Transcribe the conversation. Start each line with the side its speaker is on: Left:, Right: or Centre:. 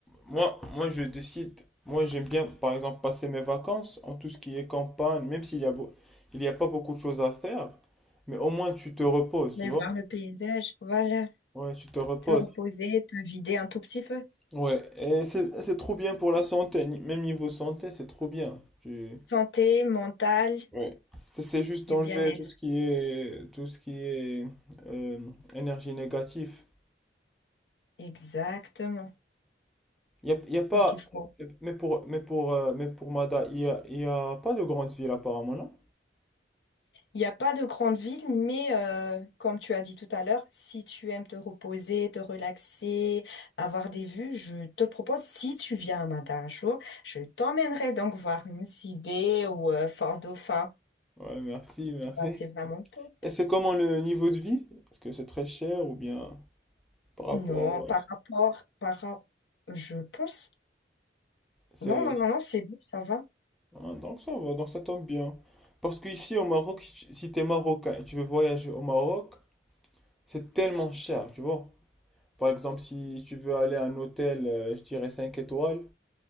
Centre: moi, moi, je décide. Moi, j'aime bien, par exemple, passer mes vacances en tout ce qui est campagne, même s'il y a, beau- il y a pas beaucoup de choses à faire. Mais au moins, tu te reposes,
Left: Mais
Centre: tu vois?
Left: voir le paysage, voilà,
Centre: Ouais, tu te reposes.
Left: te reposer, te vider un tout petit peu.
Centre: Ouais, et c'est, c'est trop bien pour la santé. ni- Même niveau santé, c'est trop bien. Tu,
Left: Santé mentale
Centre: ouais. T'essaies juste
Left: et
Centre: d'enlever
Left: bien-être.
Centre: tout ce qui est, tout ce qui est euh, énergie négative.
Left: Exactement.
Centre: Il y a, y a pas.
Left: Donc il faut.
Centre: Mais pour, mais pour, euh, mais pour Mada, il y a, y a pas de grande ville apparemment, non?
Left: Il n'y a pas de grande ville, mais euh, comme tu as dit tout à l'heure, si tu aimes te reposer, te relaxer, avoir des vues, je te propose, si tu viens à Mada un jour, je t'emmènerai donc voir Lucy Bay ou euh, Fort Dauphin.
Centre: Ouais, merci, merci.
Left: Bah, c'est vraiment top.
Centre: Et c'est comment le niveau de vie? Est-ce que c'est très cher ou bien par rapport...
Left: Non, par
Centre: euh,
Left: rapport, par rapport, je pense,
Centre: C'est...
Left: non, non, non, non, c'est bon, ça va.
Centre: Ah, donc ça va, donc ça tombe bien. Parce qu'ici au Maroc, si tu- si t'es marocain et tu veux voyager au Maroc, c'est tellement cher, tu vois. Par exemple, si tu veux aller à un hôtel, euh, je dirais 5 étoiles,